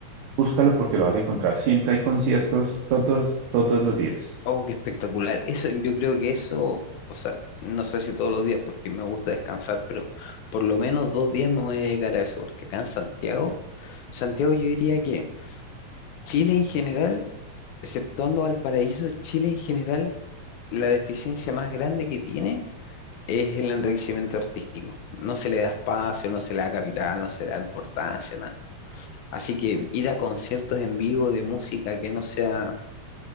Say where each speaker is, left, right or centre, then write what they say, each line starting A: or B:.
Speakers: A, on the right; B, on the left.
A: Búscalo porque lo vas a encontrar. Siempre hay conciertos todos, todos los días.
B: Oh, qué espectacular. Eso, yo creo que eso, o sea, no sé si todos los días porque me gusta descansar, pero por lo menos dos días me voy a dedicar a eso, porque acá en Santiago, Santiago yo diría que Chile en general, exceptuando Valparaíso, Chile en general, la deficiencia más grande que tiene es el enriquecimiento artístico. No se le da espacio, no se le da capital, no se le da importancia, nada. Así que ir a conciertos en vivo de música que no sea,